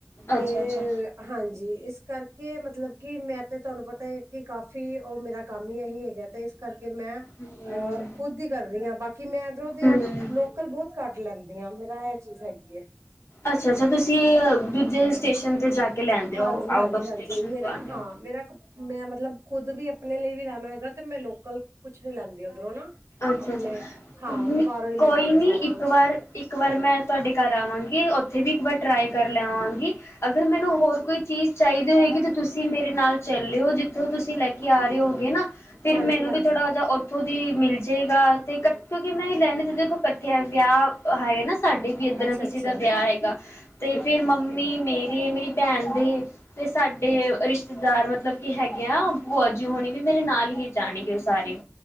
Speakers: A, on the right; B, on the left.
A: ਤੇ
B: ਅੱਛਾ, ਅੱਛਾ।
A: ਹਾਂਜੀ ਇਸ ਕਰਕੇ ਮਤਲਬ ਕਿ ਮੈਂ ਤੇ ਤੁਹਾਨੂੰ ਪਤਾ ਹੈ ਕਿ ਫ ਉਹ ਮੇਰਾ ਕੰਮ ਹੀ ਇਹੀ ਹੈਗਾ ਤੇ ਇਸ ਕਰਕੇ ਮੈਂ
B: ਹੂੰ,
A: ਅਹ ਖੁਦ ਹੀ ਕਰ ਰਹੀ ਹਾਂ ਬਾਕੀ ਮੈਂ ਇਧਰੋਂ ਦੀ
B: ਹੂੰ।
A: ਲੋਕ ਕਲ ਬਹੁਤ ਘੱਟ ਲੈਂਦੀ ਆ ਮੇਰਾ ਇਹ ਚੀਜ਼ ਹੈਗੀ।
B: ਅੱਛਾ ਅੱਛਾ ਤੁਸੀਂ ਦੂਜੇ ਸਟੇਸ਼ਨ ਤੇ ਜਾ ਕੇ ਲੈਦੇ
A: ਹਾਂਜੀ
B: ਹੋ
A: ਹਾਂਜੀ
B: ਆਊਟਫ
A: ਹਾਂਜੀ
B: ਸਟੇਸ਼ਨ
A: ਮੇਰਾ
B: ਤੋਂ ਆਉਂਦੇ
A: ਹਾਂ
B: ਹੋ।
A: ਮੇਰਾ ਕ- ਮੈਂ ਮਤਲਬ ਖੁਦ ਵੀ ਆਪਣੇ ਲਈ ਵੀ ਲੈਣਾ ਹੈਗਾ ਤੇ ਮੈਂ ਲੋਕਲ ਕੁਛ ਨੀ ਲੈਂਦੀ ਉੱਧਰੋਂ ਨਾ
B: ਅੱਛਾ
A: ਆਪਣੇ
B: ਅੱਛਾ
A: ਹਾਂ ਮੈਂ ਬਾਹਰੋਂ ਹੀ ਲੈਂਦੀ
B: ਕੋਈ ਨਹੀਂ
A: ਆ ਸਾਰਾ
B: ਇੱਕ
A: ਕੁਛ
B: ਵਾਰ ਇੱਕ ਵਾਰ ਮੈਂ ਤੁਹਾਡੇ ਘਰ ਆਵਾਂਗੀ ਉੱਥੇ ਵੀ ਇੱਕ ਵਾਰ ਟਰਾਈ ਕਰ ਲੈਵਾਂਗੀ ਅਗਰ ਮੈਨੂੰ ਹੋਰ ਕੋਈ ਚੀਜ਼ ਚਾਹੀਦੀ ਹੋਏਗੀ ਤਾਂ ਤੁਸੀਂ ਮੇਰੇ ਨਾਲ ਚੱਲਿਓ ਜਿਥੋਂ ਤੁਸੀਂ ਲੈ ਕੇ ਆ ਰਹੇ ਹੋਗੇ ਨਾ ਫਿਰ
A: ਹਾਂਜੀ
B: ਮੈਨੂੰ
A: ਹਾਂਜੀ
B: ਵੀ ਥੋੜਾ ਜਹਾ ਉੱਥੋਂ ਦੀ ਮਿਲ ਜੇਗਾ ਤੇ ਕਿਉਂਕਿ ਮੈਂ ਇਹ ਲਹਣੇ ਜੋ ਇਕੱਠੇ ਆ ਵਿਆਹ ਹੈ ਨਾ ਸਾਡੇ ਵੀ ਇੱਧਰ
A: ਅੱਛਾ
B: ਕਿਸੇ
A: ਅੱਛਾ
B: ਦਾ ਵਿਆਹ ਹੈਗਾ ਤੇ
A: ਠੀਕ
B: ਫਿਰ
A: ਹੈ ਠੀਕ
B: ਮੰਮੀ
A: ਹੈ
B: ਮੇਰੀ ਮੇਰੀ ਭੈਣ ਦੀ ਤੇ ਸਾਡੇ ਰਿਸ਼ਤੇਦਾਰ ਮਤਲਬ ਕਿ ਹੈਗੇ ਆ ਬੂਆ ਜੀ ਹੋਣੀ ਵੀ ਮੇਰੇ ਨਾਲ ਈ ਜਾਣਗੇ ਉ ਸਾਰੇ